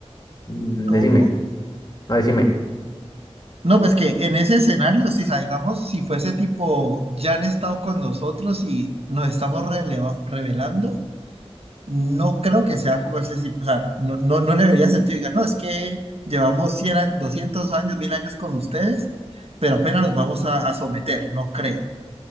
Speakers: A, on the left (about 40°); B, on the right (about 60°).
A: mm,
B: ¿cómo,
A: decime,
B: cómo?
A: no, decime.
B: No, pues que en ese escenario, si salgamos, si fuese tipo, ya han estado con nosotros y nos estamos releva- revelando, No creo que sea como ese, sí, o sea, no, no, no le vería sentido. Diga, no, es que llevamos cien a- 200 años, 1000 años con ustedes, pero apenas los vamos a, a someter, no creo.